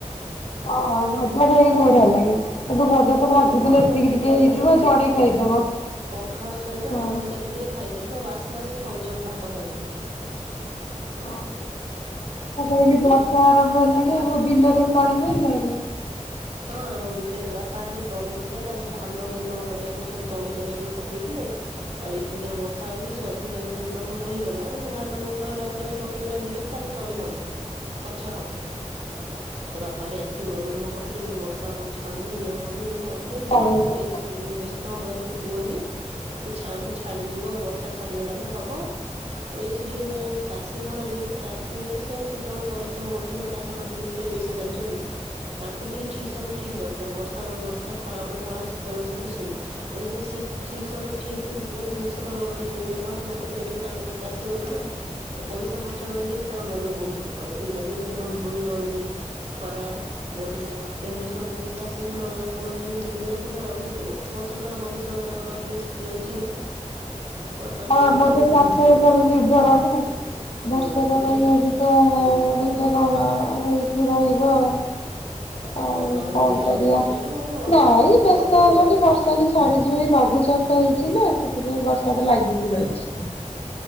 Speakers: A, on the left; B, on the right.
A: ଓହୋ ଭଜା ଖାଇବାକୁ ବଢିଆ ଲାଗେ। କିନ୍ତୁ
B: ତାକୁ
A: ଭଜା
B: ଟିକେ
A: ତ
B: ଚ
A: ଭାଜୁଥିଲେ
B: ଅଳପ
A: ଏତିକି
B: ଦିଟା
A: ଟିକେ ହେଇଯିବ
B: ହେଲେ ବି
A: ଆଉ ଜଣେ ଖାଇଦବ।
B: ଟିକେ ପଖାଳ ସହିତ
A: ହଁ
B: ଚକଟି ଚାକାଟି ଦେଇକି ଖାଇଦେଲି ପୁରା ବାସ୍ନାରେ ସେ ସବୁ ଯାକ ଭାତ ଖାଇ ହେଇଯିବ।
A: ମୁଁ କହିଲି ବର୍ଷା
B: ଏସ୍
A: ଆରମ୍ଭ ହେଲାଣି ଆମ ବିଲରେ ତଳି ପଇିଲଣି?
B: ହଁ ଆମ ବିଲରେ ବା ବାପା ହାରିଆ ତଳି ପକେଇ ନାହାନ୍ତି ଆଜି ଧାନ ମୁନ କରିବା ପାଇଁ ସବୁ ତଳି କରିବା ପାଇଁ ପକେଇଥିଲେ। ଆଉ ଏତେ ଜୋର ବର୍ଷା ହଉଛି ସେ ଅଧିକା ଯଦି ମୁନ ଫୁନ ହେଇଗଲା ମାନ ଧାନ ମୁନ ହେଲା ପରେ ପକେଇବେ ନା ବିଲରେ ତାପରେ ତଳି ହବ ପଛୁଆ ହବ ତା ବାପା ହେରିକା ଆଜି ଟିକେ ମନ ଦୁଖଃ କରୁ କାଉଥିଲେ କହଲେ ବର୍ଷ କଣ ଛାଡୁନି ଇଏ ହଉନି ଏମତି ହଉ ମୁଁ
A: ଓହୋ
B: କହିଲ କିଛି ଟେନସ୍ ବ୍ୟସ୍ତ ହବ ହୁଏନି ସେ ଛାଙ୍କୁ ଛାଡିଯିବ ବର୍ଷା ଛାଡିଗଲା ପରେ ହବ ଏ ସେ ଟିକେ ଚାଷ ଘର ଯେହେତୁ ଚାଷୀ ମାନେ ସେମାନେ ଛୋଟ ବେଳୁ ପରିଶ୍ରମ କରୁଛନ୍ତି ନା ଚାଷ ଫାଷ ବିଷୟରେ ବେଶୀ ଜାଣିଛନ୍ତି। ତାଙ୍କୁ ଟିକେ ଠିକ୍ ସମୟରେ ଠିକ୍ ଦରକାର ବର୍ଷା ବେଳେ ବର୍ଷା ଖରାବେଳେ ଖରା ଶୀତବେଳେ ଶୀତ ସେମିତି ଆଉ ଯଦି ସିଏ ଠିକ ସମୟରେ ଠିକ ମାନେ ଜିନିଷର ମାନେ ବ୍ୟବହାର ନ କରି ପାରିବେ ତାଙ୍କ ଚାଷୀମାନେ ନା ତ ପଇସା ଖର୍ଚ୍ଚ ହେଲେ ବି ତାଙ୍କ ମନ ବହୁତ ଦୁଖ ହବ ବୁଝିଲା ଯେମିତି ଧୋଇ ମରୁଡି ଖରା, ବନ୍ୟା, ବାତ୍ୟା ହେଲେ ସବୁ ଚାଷୀ ଘର କୂଳ ଜାଣିକି ବୁଡି ଯାଉଛି ନା ଆଉ ମାନେ ବର୍ଷ ସାରା ପରିଶ୍ରମ ତାଙ୍କର ମାଟିରେ ମିଶି ଯାଉଛି। ତ ତାଙ୍କ
A: ହଁ
B: ମନ
A: ଆମର
B: ଟିକେ
A: ତ
B: ବହୁତ
A: ଚାଷ
B: ଦୁଃଖ
A: ଉପରେ
B: ହୁଏ
A: ନିର୍ଭର ନା।
B: ହୁଁ
A: ବର୍ଷକ
B: ଟୋଟାଲ
A: ପାଇଁ ଅଧିକା
B: ହୁଁ
A: ବେଲେଗଣା ହେଇକି ରହିବ ଆଉ। ଆଉ
B: ହଁ
A: କଣ
B: ଏଇଆ
A: କରିବା
B: ଆଉ ଏଇଥିଲାଗି ମୁଁ କହିଲି ମନ
A: ନାଇଁ
B: ଦୁଃଖ କଲେ କଣ
A: ବ୍ୟସ୍ତ
B: ହବ
A: ହେବାନି ବର୍ଷା ବର୍ଷା ବି ଛାଡିଯିବ ଏଇ ଲଘୁଚାପ ଟା ହେଇଛି ନା ସେଥିପାଇଁ ବର୍ଷା ଟା ଲାଗିିକି
B: ହୁଁ
A: ରହିଛି।